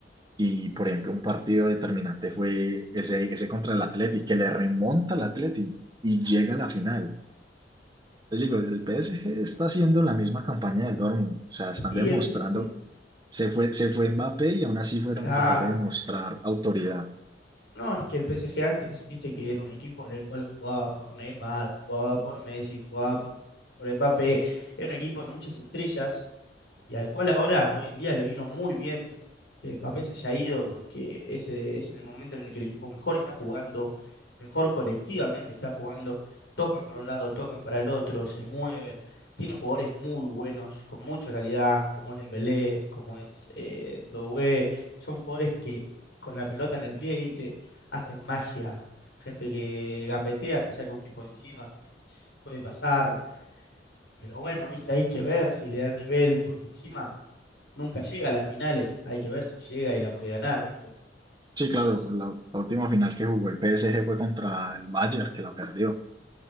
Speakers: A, on the right; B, on the left.
A: Y por ejemplo, un partido determinante fue ese, ese contra el Atleti, que le remonta al Atleti y llega a la final. Entonces digo, el PSG está haciendo la misma campaña del Dortmund, o sea, están
B: Y
A: demostrando,
B: el PSG,
A: se fue, se fue Mbappé y aún así fueron
B: claro.
A: capaces de demostrar autoridad.
B: No, es que el PSG antes, viste que era un equipo en el cual jugaba por Neymar, jugaba por Messi, jugaba por, por Mbappé, era un equipo de muchas estrellas y al cual ahora, hoy en día, le vino muy bien que Mbappé se haya ido porque ese es el momento en el que el equipo mejor está jugando, mejor colectivamente está jugando, tocan para un lado, tocan para el otro, se mueven, tiene jugadores muy buenos, con mucha calidad, como es Dembélé, como es eh, Doué, son jugadores que con la pelota en el pie, ¿viste? hacen magia, gente que gambetea, se saca un tipo de encima, puede pasar, pero bueno, viste, hay que ver si le da el nivel, porque encima nunca llega a las finales, hay que ver si llega y la puede ganar, viste,
A: Sí,
B: es
A: claro, por la, la última final que jugó el PSG fue contra el Bayern, que la perdió.